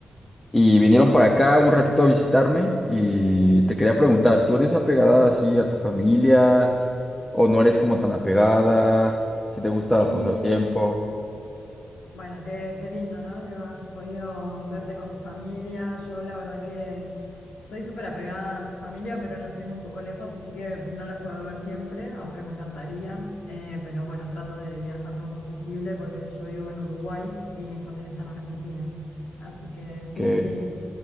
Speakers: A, on the left; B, on the left.
A: y vinieron para acá un ratito a visitarme y te quería preguntar, ¿tú eres apegada así a tu familia o no eres como tan apegada? ¿Si te gusta
B: Sí,
A: pasar tiempo?
B: bueno, qué, qué lindo, ¿no? Que hayas podido verte con tu familia. Yo la verdad que soy súper apegada a mi familia, pero los tengo un poco lejos, así que no los puedo ver siempre, aunque me encantaría. Eh, pero bueno, trato de viajar lo más posible porque yo vivo en Uruguay y mi familia está en Argentina. Así que sí,
A: Ok.
B: sí.